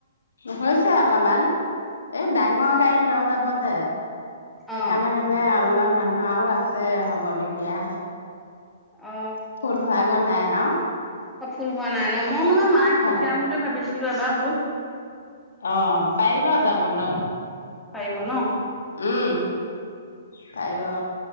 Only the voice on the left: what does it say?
হৈছে অলপমান, এই ডাঙৰ গাড়ী লৈ যাব যে সেইকাৰণে
মানে অলমান মানুহ আও আছে হ'বলগীয়া
ফুল ধৰাগে নাই। হা,
নাই
অ' পাৰিবা যাবলে।
উম' তাইবা।